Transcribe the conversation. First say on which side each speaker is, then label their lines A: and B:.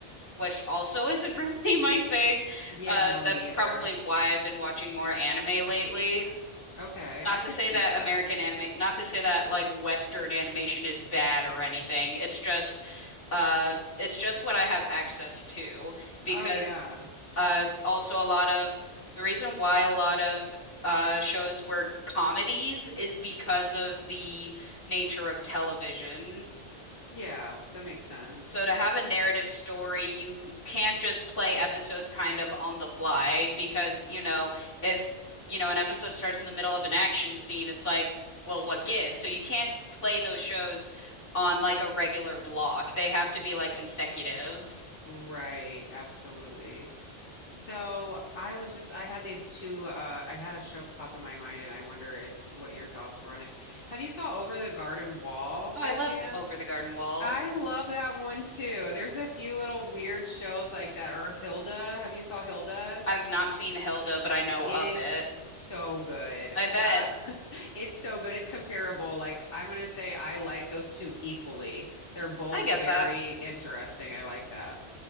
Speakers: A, on the left; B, on the left.
A: which also isn't <laughs> really my thing.
B: Yeah,
A: Uh
B: no,
A: that's
B: me neither.
A: probably why I've been watching more anime lately.
B: Okay,
A: Not
B: I could
A: to say
B: see
A: that
B: that.
A: American anime, not to say that like Western animation is bad or anything. It's just uh it's just what I have access to because
B: Oh, yeah.
A: uh, also, a lot of the reason why a lot of uh, shows were comedies is because of the nature of television.
B: Yeah, that makes sense.
A: So, to have a narrative story, you can't just play episodes kind of on the fly because, you know, if, you know, an episode starts in the middle of an action scene, it's like, well, what gives? So, you can't play those shows on like a regular block. They have to be like consecutive.
B: Right, absolutely. So I was just, I had these two, uh, I had a show pop in my mind and I wonder if what your thoughts were on it. Have you saw Over the Garden Wall
A: Oh,
B: by
A: I love
B: chance?
A: Over the Garden Wall.
B: I love that one too. There's a few little weird shows like that. Or Hilda. Have you saw Hilda?
A: I've not seen Hilda, but I know
B: It
A: of
B: is
A: it.
B: so good.
A: I bet.
B: Uh, <laughs> it's so good. It's comparable. Like, I'm gonna say I like those two equally. They're both
A: I get
B: very
A: that.
B: interesting. I like that.